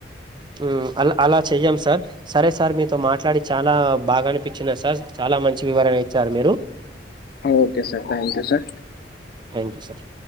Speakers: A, on the right (about 25°); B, on the left (about 55°).
A: మ్ అలా అలా చెయ్యం సార్. సరే సార్ మీతో మాట్లాడి చాలా బాగా అనిపించినది సార్. చాలా మంచి వివరణ ఇచ్చారు మీరు.
B: Okay sir thank you sir.
A: Thank you sir